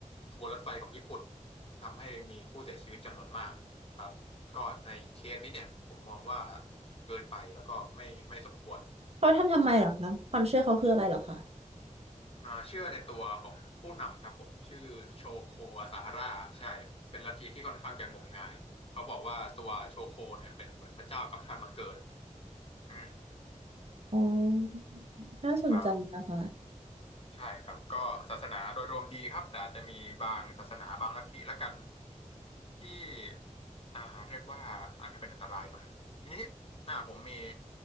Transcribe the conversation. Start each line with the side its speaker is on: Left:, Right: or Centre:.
Left: ขบวนรถไฟของญี่ปุ่นทำให้มีผู้เสียชีวิตจำนวนมากครับก็ในเคสนี้เนี่ยผมมองว่าเกินไปแล้วก็ไม่ไม่สมควร
Right: เขาทำทำไมเหรอคะความเชื่อเขาคืออะไรเหรอคะ
Left: ใช่ อ่าเชื่อในตัวของผู้นำครับผมชื่อโชโคอาซาฮาร่าใช่เป็นลัทธิที่ค่อนข้างจะงมงายเขาบอกว่าตัวโชโคเนี่ยเป็นเหมือนพระเจ้ากับชาติมาเกิดอืม
Right: อ๋อน่าสนใจนะคะ
Left: ครับ ใช่ครับก็ศาสนาโดยรวมดีครับแต่อาจจะมีบางศาสนาบางลัทธิละกันที่อ่าเรียกว่าอาจจะเป็นอันตรายหน่อยทีนี้อ่าผมมี